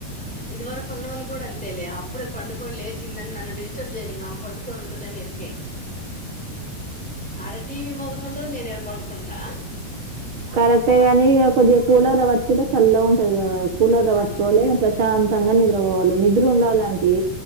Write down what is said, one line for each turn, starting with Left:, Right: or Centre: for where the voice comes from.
Centre: ఇది వరకు ఉన్నోళ్ళు గుడా అన్ తెలియ అప్పుడే పండుకొని, లేేసిందని నన్ను డిస్టర్బ్ చేయరింగ ఆమ్ పండు కొని ఉంటదని ఎరుకే. ఆడ టీవి మోగతుంటది నేను ఈడ బండు కుంటా
Right: కరెక్టే గనీ ఇగ కొద్దిగ కూలర్ల పాట్టుకుంటే సల్లగ ఉంటది కదా కూలర్ల
Centre: ఆ
Right: పట్టుకోవాలె, ఇగ ప్రశాంతంగా నిద్ర బోవాలి నిద్ర ఉండాలి ఆంటీ